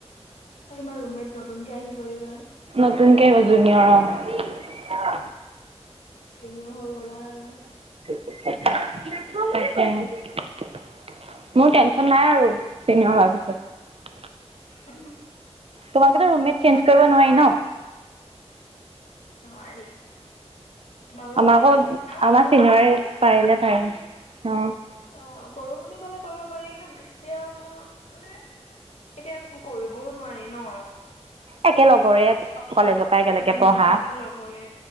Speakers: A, on the left; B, on the right.
A: আৰু তোমাৰ ৰুমমেট নতুনকে আহিব এইবাৰ।
B: নতুনকে আহিব জুনিয়ৰ, অঁহ।
A: চিনিয়ৰ হৈ গ'লা আৰু।
B: তাকে, মোৰ টেনচন নাই আৰু, চিনিয়ৰ হোৱাৰ পিছত।
A: উম।
B: তোমালোকে তো ৰুম মেট চেঞ্জ কৰিব নোৱাৰি ন?
A: নোৱাৰি। তোমালোকক কৰিব
B: আমাৰ
A: পাৰি
B: আকৌ
A: নেকি? আঁহ
B: আমাৰ
A: কৰো
B: চিনিয়ৰে
A: বুলি কলে কৰিব
B: পাৰিলে পাৰে
A: পাৰি।
B: অ
A: অঁ কৰো বুলি ক'লে কৰিব পাৰি, কিন্তু' বৃষ্টি আৰু মোৰ মানে, এতিয়া কৰিবও- নোৱাৰি ন'।
B: একে লগৰে
A: চব
B: কলেজৰ
A: ফাল'ত
B: পৰা একেলগে
A: উম,
B: পঢ়া
A: একে লগৰে